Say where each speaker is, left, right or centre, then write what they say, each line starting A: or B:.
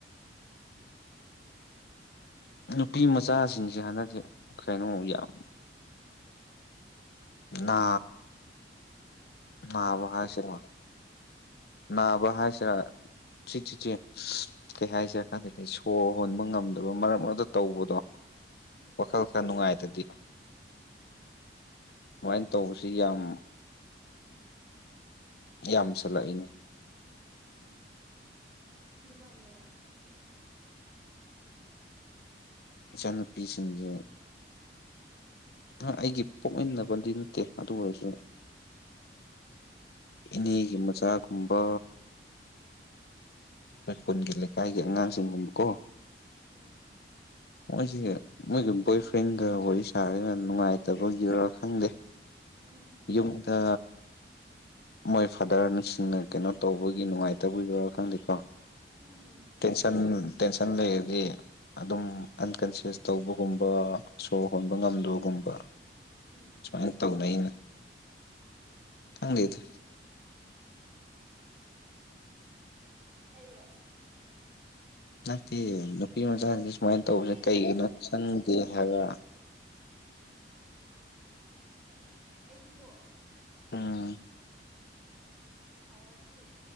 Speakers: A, on the left (about 60°); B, in the centre.
A: ꯅꯨꯄꯤ ꯃꯆꯥꯁꯤꯡꯁꯦ ꯍꯟꯗꯛꯁꯦ ꯀꯩꯅꯣ ꯌꯥꯝ ꯅꯥ ꯅꯥꯕ
B: ꯅꯥꯒꯔꯦ
A: ꯍꯥꯏꯁꯤꯔꯥ ꯅꯥꯕ ꯍꯥꯏꯁꯤꯔꯥ ꯁꯤꯆꯤꯛ ꯆꯤꯛꯑꯦ ꯀꯩ ꯍꯥꯏꯖꯦꯔ ꯈꯪꯗꯦ ꯁꯣꯔ ꯍꯣꯟꯕ ꯉꯝꯗꯕ ꯃꯔꯛ ꯃꯔꯛꯇ ꯇꯧꯕꯗꯣ
B: ꯎꯝ
A: ꯋꯥꯈꯜ ꯈꯔ ꯅꯨꯡꯉꯥꯏꯇꯗꯤ
B: ꯎꯝ
A: ꯁꯨꯃꯥꯏ ꯇꯧꯕꯁꯤ ꯌꯥꯝ ꯌꯥꯝꯁꯜꯂꯛꯏꯅꯦ
B: ꯎꯝ ꯑꯗꯨꯃꯥꯏꯅꯔ
A: ꯏꯆꯥꯅꯨꯄꯤ ꯁꯤꯡꯁꯦ ꯑꯥ ꯑꯩꯒꯤ ꯄꯣꯛꯃꯤꯟꯅꯕꯗꯤ ꯅꯠꯇꯦ ꯑꯗꯨ ꯑꯣꯏꯔꯁꯨ ꯏꯅꯦꯒꯤ ꯃꯆꯥꯒꯨꯝꯕ ꯑꯩꯈꯣꯏ ꯈꯨꯟꯒꯤ ꯂꯩꯀꯥꯏꯒꯤ ꯑꯉꯥꯡꯁꯤꯡꯒꯨꯝꯕꯀꯣ
B: ꯎꯝ
A: ꯃꯣꯏꯁꯦ ꯃꯣꯏꯒ ꯕꯣꯏ ꯐ꯭ꯔꯦꯟꯒ ꯋꯥꯔꯤ ꯁꯥꯔꯒ ꯅꯨꯡꯉꯥꯏꯇꯕꯒꯤꯔ ꯈꯪꯗꯦ
B: ꯎꯝ
A: ꯌꯨꯝꯗ ꯃꯣꯏ ꯐꯥꯗꯔ ꯁꯤꯡꯅ ꯀꯩꯅꯣ ꯇꯧꯕꯒꯤ ꯅꯨꯡꯉꯥꯏꯇꯕꯒꯤꯔꯣ ꯈꯪꯗꯦꯀꯣ
B: ꯎꯝ
A: ꯇꯦꯟꯁꯟ ꯇꯦꯟꯁꯟ ꯂꯩꯔꯗꯤ ꯑꯗꯨꯝ ꯑꯟꯀꯟꯁꯤꯌꯁ ꯇꯧꯕꯒꯨꯝꯕ ꯁꯣꯔ ꯍꯣꯟꯕ ꯉꯝꯗꯕꯒꯨꯝꯕ
B: ꯎꯝ
A: ꯁꯨꯃꯥꯏꯅ ꯇꯧꯅꯩꯅ ꯈꯪꯗꯦꯗ
B: ꯑꯩꯔꯣ
A: ꯅꯠꯇꯦ ꯅꯨꯄꯤ ꯃꯆꯥꯁꯤꯁ ꯁꯨꯃꯥꯏꯅ
B: ꯈꯪꯉꯦꯕ
A: ꯇꯧꯕꯁꯦ ꯀꯩꯒꯤꯅꯣ ꯆꯪꯗꯦ ꯍꯥꯏꯕ
B: ꯑꯣ ꯎꯝ ꯑꯩꯗꯤꯀꯣ
A: ꯎꯝ
B: ꯁꯥꯎꯔꯗꯤ